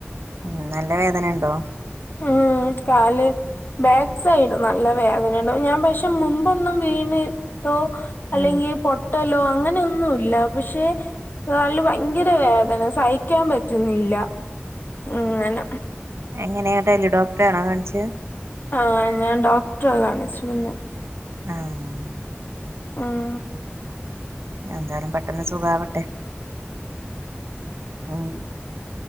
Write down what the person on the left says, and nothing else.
ഉം കാല് ബാക്ക് സൈഡ് നല്ല വേദനയൊണ്ട് ഞാൻ പക്ഷെ മുമ്പൊന്നും വീണി ട്ടോ അല്ലെങ്കി
പൊട്ടലോ അങ്ങനെയൊന്നും ഇല്ല പക്ഷേ കാലിന് ഭയങ്കര വേദന സഹിക്കാൻ പറ്റുന്നില്ല അങ്ങന
ആഹ് ഞാൻ ഡോക്ടറ കാണിച്ചു പിന്ന
ഉം